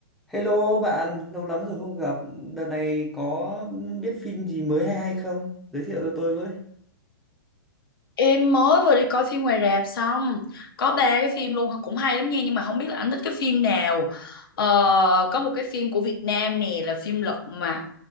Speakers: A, in the centre; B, on the left.
A: Hello bạn, lâu lắm rồi không gặp. Đợt này có biết phim gì mới hay hay không? Giới thiệu cho tôi với.
B: Em mới vừa đi coi phim ngoài rạp xong Có ba cái phim luôn Cũng hay lắm nha Nhưng mà không biết là anh thích cái phim nào ờ, Có một cái phim của Việt Nam nè Là phim Lật Mặt